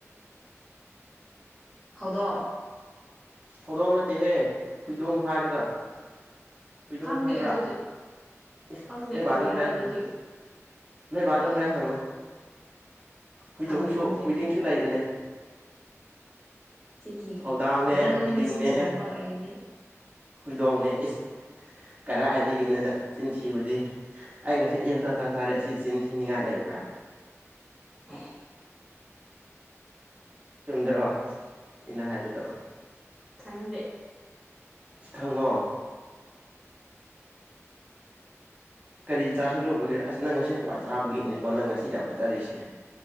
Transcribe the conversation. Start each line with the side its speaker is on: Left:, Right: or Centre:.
Centre: ꯍꯗꯣ
Right: ꯍꯧꯧꯗꯣꯡ ꯅꯠꯇꯦꯍꯦ ꯍꯨꯏꯗꯣꯡ ꯍꯥꯏꯔꯒ ꯍꯨꯏꯗꯣꯝ
Centre: ꯈꯪꯗꯦ
Right: ꯈꯪꯕ꯭ꯔꯥ
Centre: ꯑꯗꯨꯗꯤ
Right: ꯏꯁ
Centre: ꯈꯪꯗꯦ
Right: ꯅꯕꯥꯗꯣ
Centre: ꯀꯔꯤꯔꯥ
Right: ꯍꯣꯔꯦꯟ
Centre: ꯑꯗꯨꯗꯤ
Right: ꯈꯪꯉꯣ ꯅ ꯕꯥꯗ
Centre: ꯑꯦ
Right: ꯐꯔꯦ
Centre: ꯑꯦ
Right: ꯁꯪꯒꯣ ꯍꯨꯏꯗꯣꯡꯁꯨ
Centre: ꯍꯪꯒꯦ ꯍꯪꯒꯦ
Right: ꯍꯨꯏꯗꯤꯡꯁꯨ
Centre: ꯎꯝ
Right: ꯂꯩꯕꯅꯦ
Centre: ꯆꯤꯟꯊꯤ
Right: ꯍꯧꯗꯥꯡꯅꯦ
Centre: ꯅꯪꯅ
Right: ꯍꯨꯏꯗꯤꯡꯅꯦ
Centre: ꯆꯤꯟꯊꯤꯔꯝꯂ ꯑꯩꯔꯅꯤ
Right: ꯍꯨꯏꯗꯣꯡꯅꯦ ꯏꯁ ꯀꯔꯥꯏꯗꯒꯤꯅꯣꯗ ꯆꯤꯟꯊꯤꯕꯨꯗꯤ ꯑꯩ ꯉꯁꯤ ꯑꯌꯨꯛꯇ ꯆꯥꯛ ꯆꯥꯔꯦ ꯑꯁꯤ ꯆꯤꯟꯁꯤ ꯅꯤꯡꯉꯥꯏ ꯂꯩꯕ꯭ꯔꯥ
Centre: ꯍꯣꯏ
Right: ꯆꯨꯝꯗ꯭ꯔꯣ ꯑꯩꯅ ꯍꯥꯏꯕꯗꯣ
Centre: ꯈꯪꯗꯦ
Right: ꯏꯁ ꯈꯪꯉꯣ ꯀꯔꯤ ꯆꯥꯥꯁꯜꯂꯨꯕꯒꯦ ꯑꯁ ꯅꯪ ꯉꯁꯤ ꯍꯋꯥꯏ ꯆꯥꯕꯒꯤꯅꯤꯀꯣ ꯅꯪ ꯉꯁꯤ ꯌꯥꯝ ꯐꯖꯔꯤꯁꯦ